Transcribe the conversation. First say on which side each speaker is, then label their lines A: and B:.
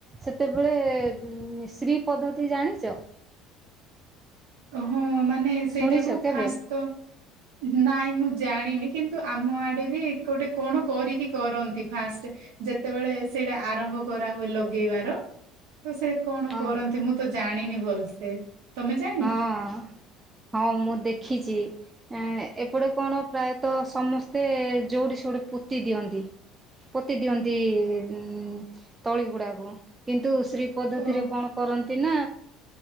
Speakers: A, on the right (about 20°); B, on the right (about 75°).
A: ସେତେବେଳେ ଶ୍ରୀ ପଦ୍ଧତି ଜାଣିଛ?
B: ହଁ ମାନେ ସେଇଟାକୁ
A: ଶୁଣିଛ କେବେ
B: ଫାଷ୍ଟ ତ ନାଇଁ ମୁଁ ଜାଣିନି କିନ୍ତୁ ଆମ ଆଡେ ବି ଗୋଟେ କଣ କରିକି କରନ୍ତି। ଫାଷ୍ଟ ଯେତେବେଳେ ସେଇଟା ଆରମ୍ଭ କରାହୁଏ। ଲଗେଇବାର ତ ସେ କଣ
A: ହଁ
B: କରନ୍ତି ମୁଁ ତ ଜାଣିନି ଭଲସେ ତମେ ଜାଣି
A: ହଁ ହଁ ମୁଁ ଦେଖିଛି। ଏପଟେ କଣ ପ୍ରାୟତଃ ସମସ୍ତେ ଯୋଉଠି ସୋଉଠି ପୋତି ଦିଅନ୍ତି। ପୋତି ଦିଅନ୍ତି ଉ ତଳିଗୁଡ଼ାକୁ କିନ୍ତୁ ଶ୍ରୀ ପଦ୍ଧତିରେ
B: ଓ
A: କଣ କରନ୍ତି ନା